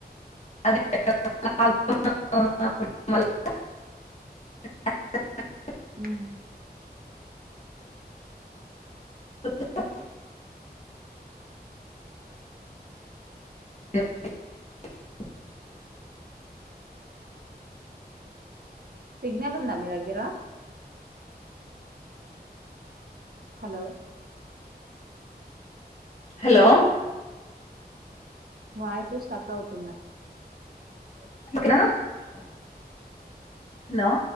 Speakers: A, on the left; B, on the right.
A: <inaudible>
B: ఉహు
A: <inaudible> <inaudible>
B: సిగ్నల్ ఉందా మీ దగ్గర హలో
A: హలో
B: వాయిస్ స్టక్ అవుతుంది
A: <inaudible> హలో